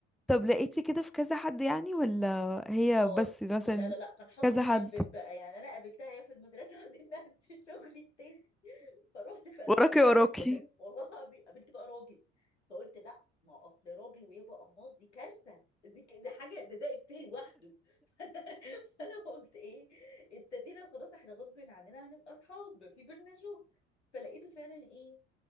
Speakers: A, in the centre; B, on the left.
A: طب لقيتي كده في كذا حد يعني ولا هي
B: اه
A: بس مثلا
B: لا لا لا كان حظي
A: كذا
B: مهبب
A: حد
B: بقى يعني انا قابلتها هي في المدرسه <laughs> عندنا في شغلي التاني فروحت فقابلت
A: وراكي
B: ولد
A: وراكي
B: كده والله العظيم قابلت بقى راجل فقلت لا ما هو اصل راجل ويبقى قماص دي كارثه دي ك- دي حاجه ده ده افيه لوحده <laughs> فانا قلت ايه ابتدينا خلاص احنا غصب عننا هنبقى اصحاب في بينا شغل فلقيته فعلا ايه